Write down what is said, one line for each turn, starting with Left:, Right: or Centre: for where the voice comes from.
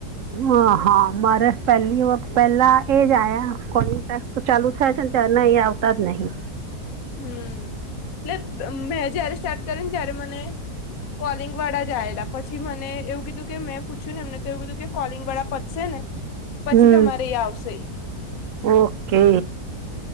Right: હા હા મારે પહેલી પહેલા એ જ આયા કોડી ટટેસ્ક ચાલુ થાય છે ને તના એ આવતા જ નહીં.
Left: હમ એટલે મેં જયારે સ્ટાર્ટ કર્યો ને ત્યારે મને કોલિંગ વાળા જાયેલા પછી મને એવું કીધું કે મેં પૂછ્યું ને એમને તો એવું કીધું કે કોલિંગ વાળા પતશે ને પછી
Right: હમ
Left: તમારે આવશે.
Right: ઓકે